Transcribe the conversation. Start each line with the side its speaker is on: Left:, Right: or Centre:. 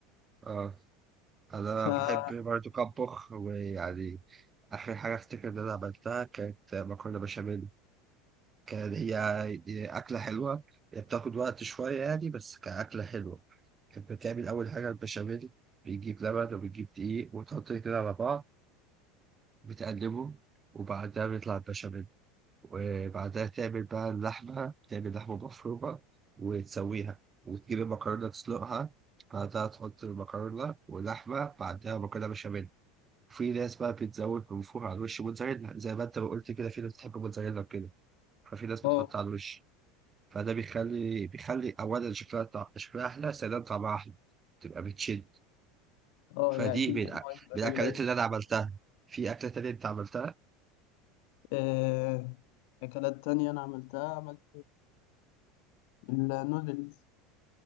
Right: آه أنا
Left: ف
Right: بحب
Left: اه
Right: برضه أطبخ ويعني آخر حاجة أفتكر إن أنا عملتها كانت مكرونة بشاميل كان هي هي أكلة حلوة هي بتاخد وقت شوية يعني بس كأكلة حلوة كانت بتعمل أول حاجة البشاميل بيجيب لبن وبيجيب دقيق وتحط كده على بعض بتقلبه وبعدها بيطلع البشاميل وبعدها تعمل بقى اللحمة تعمل لحمة مفرومة وتسويها وتجيب المكرونة تسلقها بعدها تحط المكرونة ولحمة بعدها مكرونة بشاميل وفي ناس بقى بتزود من فوق على الوش موتزاريلا زي ما انت ما قلت كده في ناس بتحب موتزاريلا وكده ففي ناس بتحط
Left: اه
Right: على الوش فده بيخلي بيخلي اولا شكلها طع- شكلها احلى ثانيا طعمها احلى تبقى بتشد
Left: آه،
Right: فدي
Left: يا اكيد
Right: من
Left: طبعا
Right: الأ-
Left: هيبقى
Right: من الاكلات
Left: جامد اوي
Right: اللي انا عملتها في اكله تانية انت عملتها
Left: آه، اكلات تانية انا عملتها عملت النودلز